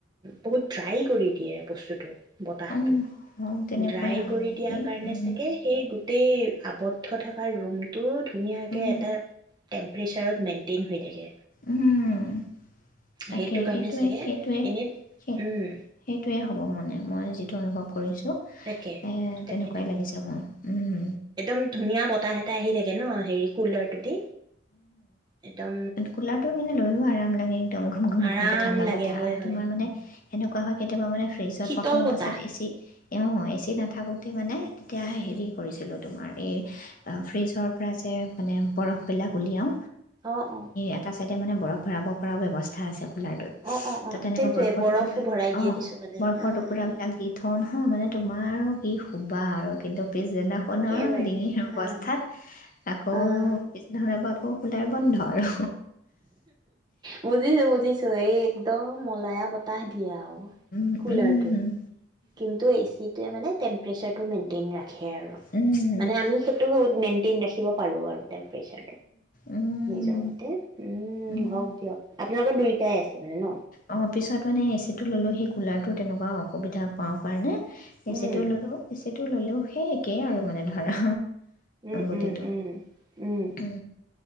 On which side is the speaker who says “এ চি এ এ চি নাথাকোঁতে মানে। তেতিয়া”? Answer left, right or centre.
Left